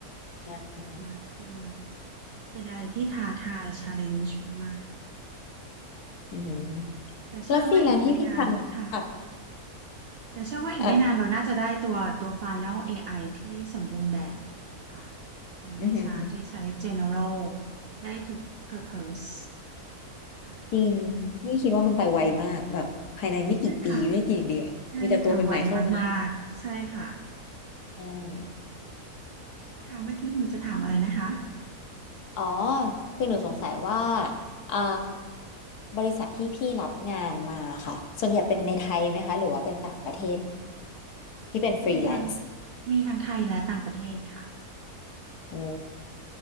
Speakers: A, on the right; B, on the left.
A: คิดได้มากขึ้น
B: ใช่
A: เป็นอะไรที่ท้าทาย challenge มากๆค่ะ
B: อือหือ
A: แต่เชื่อว่าอีกไม่นานค่ะ
B: แล้วฟรีแลนซ์ที่พี่ทำค่ะ
A: แต่เชื่อว่าอีกไม่นานเราน่าจะได้ตัวตัว
B: แบบ
A: Final AI ที่สมบูรณ์แบบค่ะในไม่ช้าที่ใช้
B: อือหือ
A: General ได้ทุก Purpose ค่ะ
B: จริงนี่คิดว่ามันไปไวมากแบบภายในไม่กี่ปีไม่กี่เดือนมีแต่ตัวใหม่ๆเข้ามา
A: ใช่ค่ะ ใช่ค่ะ ไวมากๆ ใช่ค่ะ
B: ใช่
A: ค่ะเมื่อกี้หนูจะถามอะไรนะคะ
B: อ๋อคือหนูสงสัยว่าอ่าบริษัทที่พี่รับงานมาค่ะส่วนใหญ่เป็นในไทยไหมคะหรือว่าเป็นต่างประเทศที่เป็นฟรีแลนซ์
A: มีทางมีทางไทยและต่างประเทศค่ะ
B: โอ้